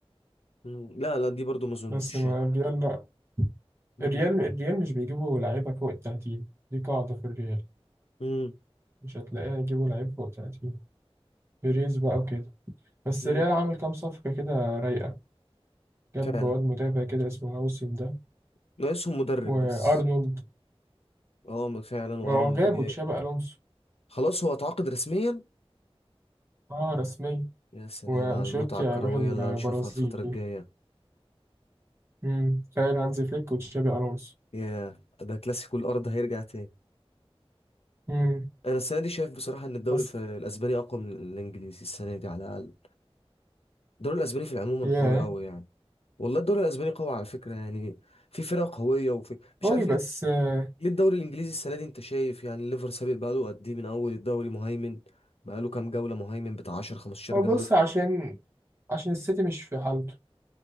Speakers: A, on the left; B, on the right.
A: مم، لا لا دي برضو ما اظنش
B: بس ما
A: يعني
B: الريال لا
A: مم،
B: الريال الريال مش بيجيبوا لعيبة فوق التلاتين دي قاعدة في الريال
A: مم،
B: مش هتلاقيها يجيبوا لعيب فوق التلاتين بيريز بقى وكده بس
A: مم،
B: الريال عامل كام صفقة كده رايقة جاب
A: فعلا
B: واد مدافع كده اسمه هاوسن ده
A: ناقصهم مدرب
B: وأرنولد
A: بس اه ما فعلا وارنولد
B: ما هو جابوا
A: جاي
B: تشابي ألونسو
A: خلاص هو اتعاقد رسميا
B: اه رسمية
A: يا سلام
B: وانشيلوتي
A: على المتعة الكروية
B: هيروح البرازيل
A: اللي هنشوفها الفترة الجاية
B: امم تخيل هانزي فليك وتشابي الونسو
A: يا ده كلاسيكو الارض هيرجع تاني
B: امم
A: انا السنه دي شايف بصراحه ان الدوري
B: بس
A: الف- الاسباني اقوى من الانجليزي السنه دي على الاقل الدوري الاسباني في العموم
B: ياه
A: قوي قوي يعني والله الدوري الاسباني قوي على فكره يعني في فرق قويه وفي مش
B: قوي
A: عارف
B: بس
A: ليه
B: آه،
A: ليه الدوري الانجليزي السنه دي انت شايف يعني الليفر سابق بقاله قد ايه من اول الدوري مهيمن بقاله كام جوله مهيمن بتاع 10 15
B: هو
A: جوله
B: بص عشان عشان السيتي مش في حالته